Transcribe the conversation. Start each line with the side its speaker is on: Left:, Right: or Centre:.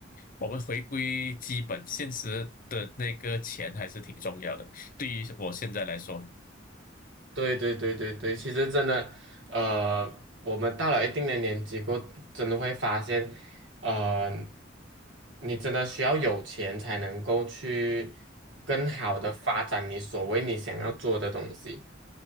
Left: 我们回归基本，现实的那个钱还是挺重要的。对于我现在来说，
Right: 对对对对对，其实真的，呃，我们到了一定的年纪过后，真的会发现，呃，你真的需要有钱才能够去更好的发展你所谓你想要做的东西。